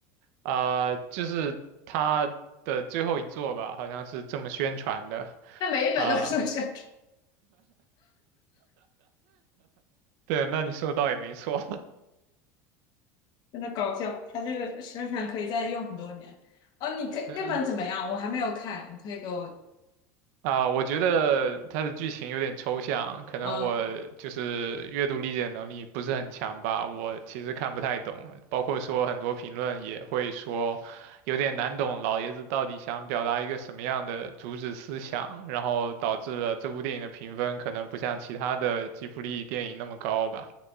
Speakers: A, on the right; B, on the left.
A: 啊、就是他的最后一作吧，好像是这么宣传的，
B: 那每一本都是这样
A: 啊、
B: <laughs>
A: 对，那你说的倒也没错，
B: 真的搞笑，他这个宣传可以再用很多年。哦，你可以那本怎么样？
A: <laughs> 对。
B: 我还没有看，你可以给我。
A: 啊，我觉得它的剧情有点抽象，可能我就是阅读理解能力不是很强吧，
B: 嗯，
A: 我其实看不太懂，包括说很多评论也会说有点难懂，老爷子到底想表达一个什么样的主旨思想，然后导致了这部电影的评分可能不像其他的吉卜力电影那么高吧。